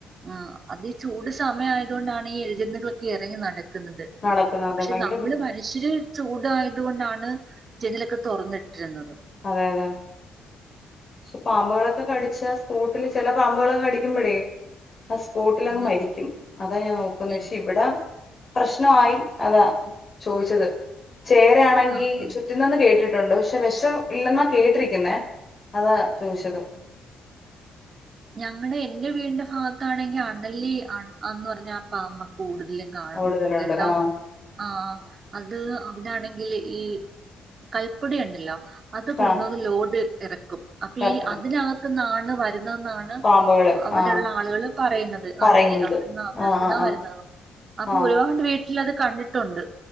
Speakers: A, on the right; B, on the left.
A: ആ അത് ചൂട് സമയം ആയത കൊണ്ടാണ് ഈ ഏഴജന്തുകളൊക്കെ ഇറങ്ങി നടക്കുന്നത്
B: നടക്കുന്നു അതെ
A: ണ്ട് പക്ഷെ
B: ഭയങ്കര
A: നമ്മള്
B: ബുദ്ധിമുട്ട്
A: മനുഷില് ചൂടായതുക കൊണ്ടാണ് ജനിലൊക്കെ തുറന്നിട്ടിരുന്നുന്നത്
B: അതെ അതെ പക്ഷെ പാമ്പുകളൊക്കെ കടിച്ചാ സ്പോട്ടില് ചില പാമ്പുകളൊക്കെ കടിക്കുമ്പോഴേ ആ സ്പോട്ടിൽ അങ്ങ്
A: അത്
B: മരിക്കും അതാ ഞാൻ നോക്കന്ന്
A: എനിക്ക്
B: പച്ചെ ഇവിടെ പ്രശ്നമായി അതാ ചോദിച്ചത് ചേരയാണെങ്കിൽ
A: ആ ആ
B: ചുറ്റുന്നന്ന് കേട്ടിട്ട് ണ്ട് പക്ഷെ വിഷം ഇല്ലെന്നാ കേട്ടിരിക്കുന്നേ അതാ ചോദിച്ചത്
A: ഞങ്ങുടെ എൻന്റെ വീടിന്റെ ഭാഗത്താണെങ്കി അണലിന്ന് പറഞ്ഞ ആ പാമ്പ കൂടുതല കാണുന്നത്
B: കൂടുതലുണ്ട്
A: കേട്ടോ
B: ആഹ്
A: ആഹ് അ - അത് അവിടൊണെങ്കിൽ ഈ കൽപ്പൊടി ഉണ്ടല്ലോ അത്
B: കാ
A: കൊണ്ടന്ന് ലോഡ് ഇറക്കും അപ്പൊ
B: എറക്കും
A: ഈ അതിനകത്ത് നാണ് വര ണ്
B: പാമ്പുകള്
A: അവിടെള്ള
B: ആഹ്
A: ആളുകള് പറയുന്നത്
B: പറയുന്നത്
A: ആണ് അവിടെന്ന് നടത്തുന്നാ
B: ആഹ് ആഹ് ആഹ്
A: വരുന്നത് അപ്പൊ
B: ആഹ്
A: ഒരുപാട് വീട്ടിൽ അത് കണ്ടിട്ടുണ്ട്